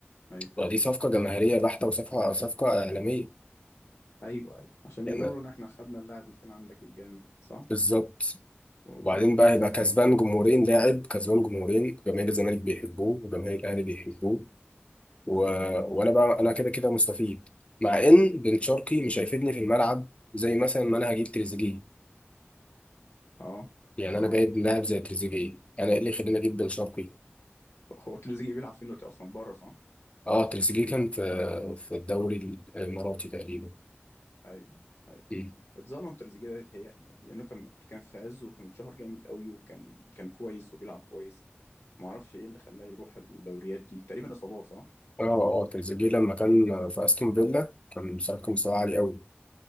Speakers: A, on the left (about 75°); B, on the left (about 30°).
A: ايوه
B: ودي صفقة جماهيرية بحتة وصفقة صفقة إعلامية
A: ايوه ايوه عشان
B: يعني
A: يقولوا لنا احنا خدنا اللاعب اللي كان عندك الجامد صح
B: بالظبط
A: وبيجيب
B: وبعدين بقى هيبقى
A: تفاعل
B: كسبان جمهورين لاعب كسبان جمهورين جماهير الزمالك بيحبوه وجماهير الأهلي بيحبوه و...
A: ايوه
B: وأنا بقى أنا كده كده مستفيد مع إن بن شرقي مش هيفيدني في الملعب زي مثلا ما أنا هجيب تريزيجيه
A: اه
B: يعني
A: اه
B: أنا جايب لاعب زي تريزيجيه أنا إيه اللي يخليني أجيب بن شرقي
A: هو تريزيجيه بيلعب فين دلوقتي اصلا بره صح
B: اه تريزيجيه كان في في الدوري الاماراتي تقريبا
A: ايوه أيوه.
B: مم.
A: اتظلم تريزيجيه ده يتهيألي يعني لأنه كان كان في عزه وكان اتشهر جامد قوي وكان كان كويس وبيلعب كويس ما اعرفش ايه اللي خلاه يروح الدوريات دي تقريبا إصابات صح؟
B: اه اه تريزيجيه لما كان في استون فيلا كان بصراحه كان مستواه عالي قوي